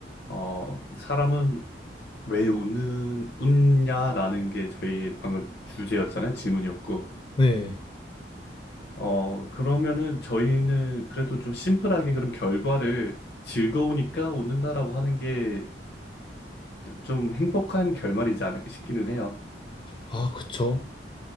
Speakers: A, on the left (about 65°); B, on the left (about 25°).
A: 어, 사람은 왜 웃는, 웃냐라는 게 저희 방금 주제였잖아요. 질문이었고.
B: 네.
A: 어, 그러면은 저희는 그래도 좀 심플하게 그럼 결과를 즐거우니까 웃는다라고 하는 게 좀 행복한 결말이지 않을까 싶기는 해요.
B: 아, 그쵸.